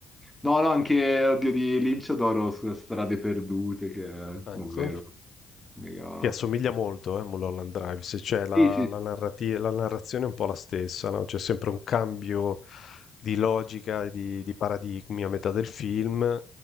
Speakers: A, in the centre; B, on the left.
A: No, no, anche, oddio, di Lynch adoro sulle strade perdute, che è davvero
B: Ecco,
A: mega...
B: che assomiglia molto, eh, a Mulholland Drive, se c'è la,
A: Sì, sì,
B: la
A: sì.
B: narrati- la narrazione è un po' la stessa, no? C'è sempre un cambio di logica e di, di paradigmi a metà del film,